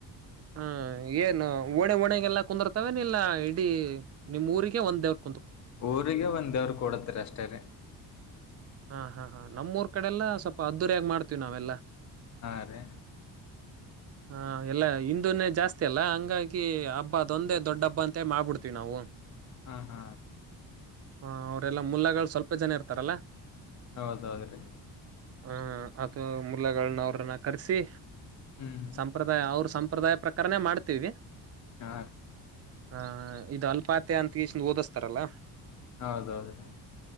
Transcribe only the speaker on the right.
ಹಾ ಏನು ಓಣೆ ಣಗೆಲ್ಲ ಕುಂದರ್ತವನ ಇಲ್ಲಾ ಇಡೀ ನಿಮ ಊರಿಗೆ ಒಂದೇವ್ರ
ಹಾ ಹಾ ಹಾ ನಮ್ಮೂರ್ ಕಡೆಲ್ಲ ಸ್ವಲ್ಪ ಅದ್ದುರಯಾಗ ಮಾಡ್ತೀವಿ ನಾವೆಲ್ಲಾ
ಹ ಎಲ್ಲ ಹಿಂದನ್ನೇ ಜಾಸ್ತಿ ಅಲ್ಲ ಹಂಗಾಗಿ ಹಬ್ಬ ಅದೊಂದೇ ದೊಡ್ಡ ಹಬ್ಬ ಅಂತ ಮಾಡ್ಬಿಡ್ತೀವಿ ನಾವು
ಹ ಅವರೆಲ್ಲಾ ಮುಲ್ಲಗಳು ಸ್ವಲ್ಪ ಜನ ಇರ್ತಾರಲ್ಲಾ
ಹ ಅಥ ಮುಲ್ಲಗಳನ್ನ ಅವ್ರನ್ನ ಕರೆಸಿ
ಸಂಪ್ರದಾಯ ಅವ್ರ ಸಂಪ್ರದಾಯ ಪ್ರಕರಣ ಮಾಡ್ತೀವಿ
ಹ ಇದು ಅಲ್ಪಾತ್ಯ ಅಂತ ಈನ್ ಓದಿಸ್ತಾರಲ್ಲ